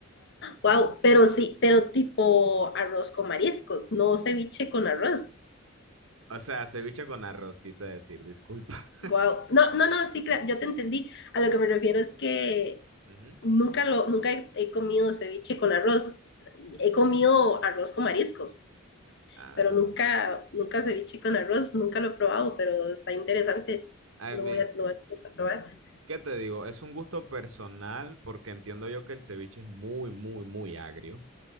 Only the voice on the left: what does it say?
Wow, pero sí, pero tipo arroz con mariscos, no ceviche con arroz.
Wow. No, no, no, sí, cla- yo te entendí. A lo que me refiero es que
nunca lo, nunca he, he comido ceviche con arroz. He comido arroz con mariscos,
pero nunca, nunca ceviche con arroz, nunca lo he probado, pero está interesante.
Lo
voy a, lo voy a probar.